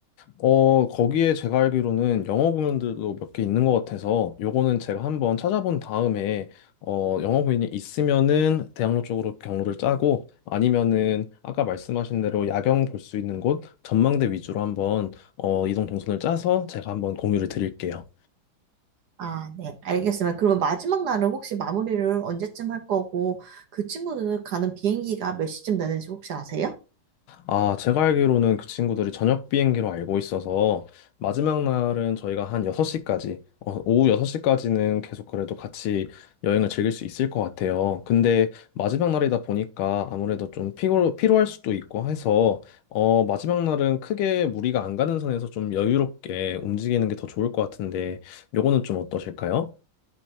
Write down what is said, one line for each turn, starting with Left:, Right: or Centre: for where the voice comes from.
Left: 어, 거기에 제가 알기로는 영어 공연들도 몇 개 있는 것 같아서 요거는 제가 한번 찾아본 다음에 어, 영어 공연이 있으면은 대학로 쪽으로 경로를 짜고 아니면은 아까 말씀하신 대로 야경 볼 수 있는 곳 전망대 위주로 한번 어, 이동 동선을 짜서 제가 한번 공유를 드릴게요.
Right: 아, 네, 알겠습니다. 그러면 마지막 날은 혹시 마무리를 언제쯤 할 거고, 그 친구들 가는 비행기가 몇 시쯤 되는지 혹시 아세요?
Left: 아, 제가 알기로는 그 친구들이 저녁 비행기로 알고 있어서 마지막 날은 저희가 한 6시까지, 어, 오후 6시까지는 계속 그래도 같이 여행을 즐길 수 있을 것 같아요. 근데 마지막 날이다 보니까 아무래도 좀 피로, 피로할 수도 있고 해서 어, 마지막 날은 크게 무리가 안 가는 선에서 좀 여유롭게 움직이는 게 더 좋을 것 같은데 요거는 좀 어떠실까요?